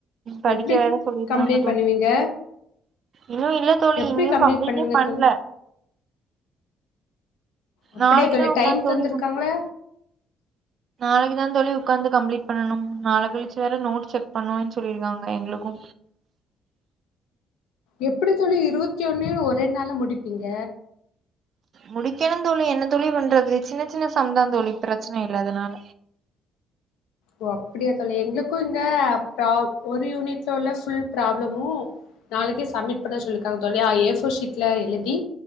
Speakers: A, on the right; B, on the left.
A: படிக்க
B: எப்டி
A: வேற சொல்லிருக்காங்க
B: கம்ப்ளீட்
A: தோழி
B: பண்ணுவீங்க
A: இன்னு இல்ல தோழி
B: எப்டி
A: இனியு
B: கம்ப்ளீட்
A: கம்ப்ளீட்டே
B: பண்ணுவீங்க
A: பண்ல
B: தோழி அப்படியா
A: நாளைக்குதா
B: தோழி
A: உக்கா
B: டைம்
A: சொல்லிக்கா
B: தந்திருக்காங்களா
A: நாளைக்கு தா தோழி உக்காந்து கம்ளீட் பண்ணனும் நாள கழிச்சு வேற நோட் செக் பண்ணுவேன் சொல்லிருக்காங்க எங்களுக்கு
B: எப்படி தோழி இருபத்தி ஒன்னயு ஒரே நாள்ல முடிப்பீங்க
A: முடிக்கணு தோழி என்ன தோழி பண்றது சின்ன சின்ன சம்தா தோழி பிரச்சன இல்ல அதனால
B: ஓ அப்டியா தோழி எங்ளுக்கு இங்க ப ஒரு யூனிட்ல உள்ள ஃபுல் ப்ராப்ளமு நாளைக்கு சமிட் பண்ண சொல்லிக்காங்க தோழி ஏ ஃபோர் ஷீட்ல எழுதி